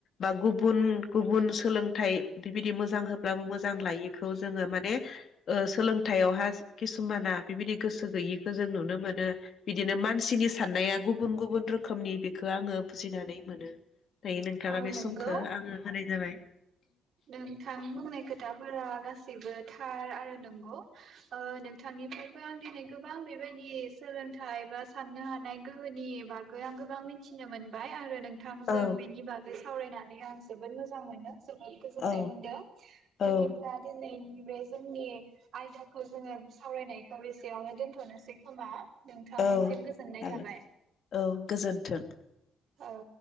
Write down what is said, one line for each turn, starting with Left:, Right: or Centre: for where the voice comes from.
Left: बा गुबु गुबुन गुबुन सोलोंथाइ बिबायदि मोजां होब्लाबो मोजां लायिखौ जोङो माने ओ सोलोंथायाइयावहा किसुमाना बिबायदि गोसो गैयिखौ जों नुनो मोनो बिदिनो मानसिनि साननाया गुबुन गुबुन रोखोमनि बेखौ आङो बुजिनानै मोनो दायो नोंथाङा
Right: औ
Left: बे
Right: नंगौ
Left: सम खो आङो होनाय जाबाय
Right: नोंथां बुंनाय खोथाफोरा गासैबो थार आरो नंगौ ओ नोंथांनिफ्रायबो आं दिनै गोबां बेबायदि सोलोंथाइ बा साननो हानाय गोहोनि बागै आं गोबां मिथिनो मोनबाय आरो नोंथांजों
Left: औ
Right: बेनि बागै सावरायनानै आं जोबोद मोजां मोनो गोजोनाय
Left: औ
Right: मोनदों बिदिब्ला
Left: औ
Right: दि - दिनैनि बे जोंनि आयदाखौ जोङो सावरायनायखौ एसेयावनो दोनथ'नोसै खोमा नोंथांनिसिम
Left: औ
Right: गोजोननाय
Left: जागोन
Right: थाबाय
Left: औ गोजोन्थों
Right: औ